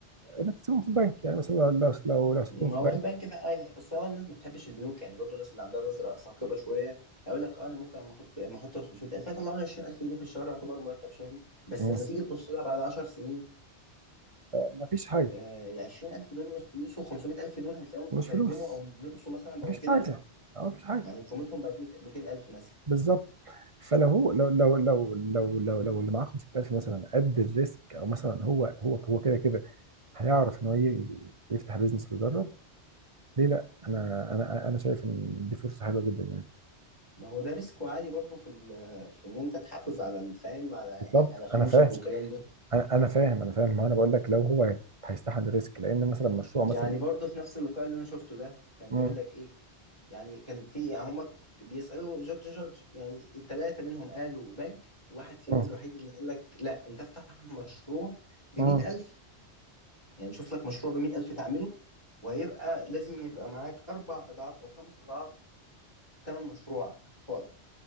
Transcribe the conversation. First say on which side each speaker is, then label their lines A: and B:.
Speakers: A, on the right; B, on the left.
A: إنك تسيبهم في البنك يعني مثلا لو لو لو, لو سبتهم
B: ما
A: في
B: هو
A: البنك
B: البنك فعلا بس هو الناس ما بتحبش البنوك يعني برضو الناس اللي عندها نظره ثاقبه شويه هيقول لك اه انا ممكن اما احط اما احط 500000 هيطلعوا لي 20000 جنيه في الشهر يعتبر مرتب شهري بس
A: مم.
B: لما تيجي تبص لها بعد 10 سنين
A: ما فيش حاجة
B: آه، ال 20000 دول مش فلوس و 500000 دول هتلاقيهم
A: مش
B: ترجموا
A: فلوس
B: او نقصوا مثلا بقوا
A: ما
B: 200000
A: فيش حاجة اه ما فيش حاجة
B: يعني قيمتهم بقت 200000 مثلا
A: بالظبط فلو هو لو لو لو لو لو, لو اللي معاه 5000 مثلا قد الريسك او مثلا هو هو هو كده كده هيعرف ان هو ي- يفتح بيزنس ويجرب ليه لا انا انا انا شايف ان دي فرصه حلوه جدا يعني
B: ما هو ده ريسك عالي برضه في ال- في ان انت تحافظ على الفهم على يعني
A: بالظبط
B: على فلوسك
A: انا فاهم
B: والكلام ده
A: انا أنا فاهم انا فاهم ما انا بقول لك لو هو هيت- هيستحمل الريسك لان مثلا مشروع
B: يعني
A: مثلا
B: برضه في نفس اللقاء اللي انا شفته ده كان
A: مم.
B: بيقول لك ايه يعني كان في يعني هما ك- بيسألوا جادج جادج يعني التلاتة منهم قالوا بنك واحد فيهم
A: مم.
B: الوحيد اللي قال لك لا انت افتح مشروع بمئة
A: مم.
B: ألف يعني شوف لك مشروع بمية ألف تعمله وهيبقى لازم يبقى معاك أربع أضعاف أو خمس أضعاف تمن مشروعك فائض